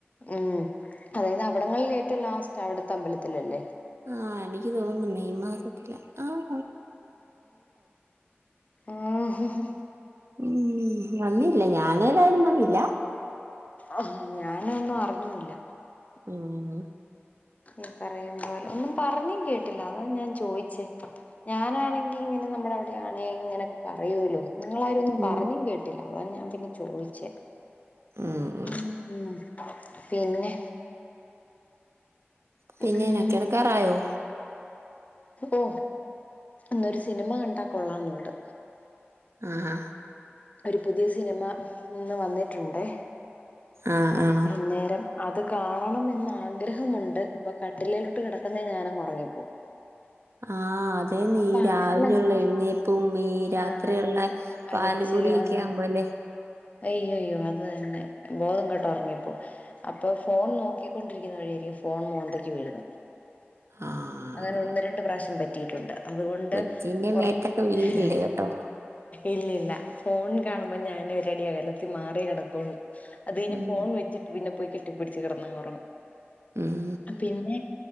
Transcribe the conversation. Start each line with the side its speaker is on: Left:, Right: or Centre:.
Left: ഉം അതായത് അവിടങ്ങളിൽ ഏറ്റോം ലാസ്റ്റവിടുത്തെ അമ്പലത്തിലല്ലേ?
Right: ആഹ്‌ എനിക്ക് തോന്നു മെയ് മാസത്തില ആഹ്‌
Left: ആഹ്-
Right: ഉം വന്നില്ല ഞാനേതായാലും വന്നില്ല.
Left: ആഹ് ഞാനൊന്നും അറിഞ്ഞൂല്ല.
Right: ഉം
Left: ഈ പറയുമ്പോലെ ഒന്നും പറഞ്ഞും കേട്ടില്ല അതാ ഞാൻ ചോയിച്ചേ. ഞാനാണെങ്കി ഇങ്ങന നമ്മട അവിടെ ആണേ ഇങ്ങനൊക്കെ പറയോല്ലോ നിങ്ങളാരും ഒന്നും
Right: ഉം
Left: പറഞ്ഞും കേട്ടില്ല അതാ ഞാൻ പിന്നെ ചോയിച്ചേ.
Right: ഉം.
Left: ഉം പിന്നെ?
Right: പിന്നെ
Left: ഉം
Right: ഞാൻ കെടക്കാറായോ?
Left: ഓ ഇന്നൊരു സിനിമ കണ്ടാ കൊള്ളാന്നൊണ്ട്
Right: ആഹ്‌
Left: ഒരു പുതിയ സിനിമ ഇന്ന് വന്നിട്ടൊണ്ടേ
Right: ആഹ്‌ ആഹ്‌
Left: അന്നേരം അത് കാണണംന്ന് ആഗ്രഹമുണ്ട് ഇപ്പൊ കട്ടിലിലേലോട്ട് കെടക്കുന്നേ ഞാനങ്ങ് ഒറങ്ങും
Right: ആഹ്‌ അതേന്നെ ഈ
Left: പകലങ്ങ്
Right: രാവിലെയൊള്ള എഴുന്നേ പൂം ഈ രാത്രിയിള്ള
Left: ആഹ് അലച്ചില്
Right: പാലുകുടീക്കെ
Left: ആഹ്
Right: ആവുമ്പോ അല്ലേ
Left: അയ്യയ്യോ അത് തന്നെ ബോധം കേട്ട് ഒറങ്ങിപ്പോം അപ്പൊ ഫോൺ നോക്കിക്കൊണ്ടിരിക്കുന്ന വഴിയാരിക്കും ഫോൺ മോന്തയ്ക്ക് വീഴുന്നെ
Right: ആഹ്
Left: അങ്ങനെ
Right: അടിപൊളി
Left: ഒന്ന് രണ്ട് പ്രാവശ്യം പറ്റിയിട്ടൊണ്ട് അതുകൊണ്ട്
Right: കൊച്ചിന്റെ
Left: ഒറ
Right: മേത്തൊക്കെ വീഴില്ലേ
Left: ഏഹ്
Right: കേട്ടോ
Left: ഇല്ലില്ല ഫോൺ കാണുമ്പോ ഞാനൊരടി അകലത്തി മാറിയെ കെടക്കോള്ളൂ അത് കഴിഞ്ഞ്
Right: ഉം
Left: ഫോൺ വെച്ചിട്ട് പിന്നെ പോയി കെട്ടിപ്പിടിച്ച് കെടന്നങ്ങുറങ്ങും
Right: ഉം
Left: പിന്നെ